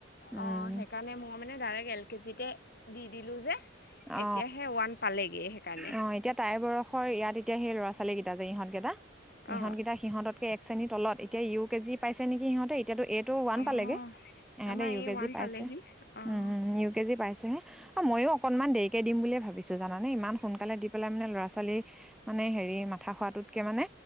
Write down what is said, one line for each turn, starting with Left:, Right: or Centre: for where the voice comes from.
Centre: উম
Left: অ সেইকাৰণে মই মানে ডাইৰেক্ট এল কেজিতে দি দিলোঁ যে এতিয়া
Centre: অ
Left: সেই ওৱান পালেগেই সেইকাৰণে
Centre: অ, এতিয়া তাইৰ বয়সৰ ইয়াত এতিয়া সেই ল'ৰা -ছো ৱালী কেইটা যে ইহঁতকেইটা, ইহঁতকেইটা
Left: অঁ
Centre: সিহঁততকে এক শ্ৰেণী তলত এতিয়া ইউ কেজি পাইছে নেকি সিহঁতে এ এতিয়াতো এ টু ওৱান
Left: অঁ
Centre: পালেগে, ইহঁতে
Left: আমাৰ
Centre: ইউ
Left: এই
Centre: কেজি
Left: ওৱান
Centre: পাইছে,
Left: পালেহি অঁ
Centre: উম ইউ কেজি পাইছেহে। অ ময়ো অকণমান দেৰিকৈ দিম বুলিয়ে ভাবিছোঁ জানানে ইমান সোনকালে দি পেলাই মানে ল'ৰা -ছোৱালী মানে হেৰি মাথা খোৱাটোতকে মানে